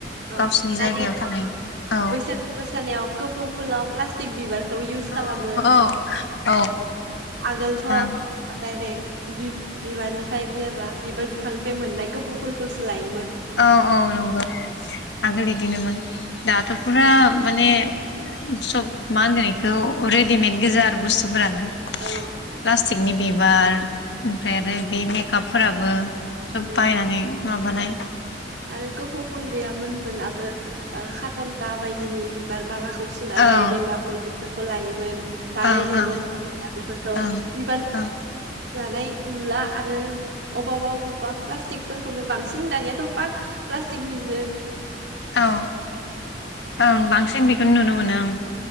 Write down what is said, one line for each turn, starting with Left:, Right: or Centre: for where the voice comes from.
Right: औ
Left: गावसिनि
Right: दानियाथ'
Left: जायगायाव थानाय औ
Right: बैसागु मोसानायाव गोफौ फुलाव प्लास्टिक <unintelligible>
Left: औ
Right: खालामो
Left: औ औ।
Right: गोलथ'
Left: बां
Right: डायरेक्ट बि-बिबारनिफ्राय बिबा बिबार बिफांनिफ्राय मोननाय खोफ' फुलखौसो लायो
Left: औ औ नंगौ आगोल बिदिनोमोन। दाथ' फुरा माने सब मा होनगोन बेखौ रेडिमेद गोजा आरो बुस्थुफोरानो।
Right: औ औ
Left: प्लास्टिकनि बिबार ओमफ्राय आरो बे मेकापफोराबो सब
Right: उम
Left: बायनानै माबानाय <inaudible>
Right: आरो कोपौ फुल गैयामोनबोलाबो ओ खाटन्था बायदिनि बिबार मालाख सुनानै
Left: ओं
Right: गेन्दा फुल बि फोरखौ लायोमोन। लानाय
Left: ओं
Right: नुयोमोन
Left: ओं
Right: बेफोरखौ
Left: ओं
Right: बिबार
Left: ओं
Right: लानाय नुला आरो अबावबा अबावबा प्लास्टिकफोरखौनो बांसिन दानियाथ पा प्लासटिकनिनो
Left: औ ओं बांसिन बेखौनो नुनो मोनो ओं